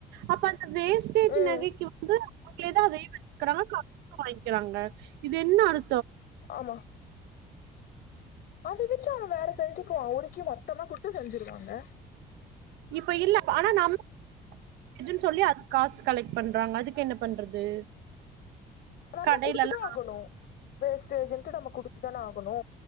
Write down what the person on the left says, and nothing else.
ம்
ஆமா அதை வச்சு அவன் வேற செஞ்சுக்குவான் உருக் கி மொத்தமா குடுத்து செஞ்சிருவாங்க
நம்ம
குடுத்து தா ஆகணு வேஸ்டேஜுன்டு நம்ம கொடுத்து தானே ஆகணு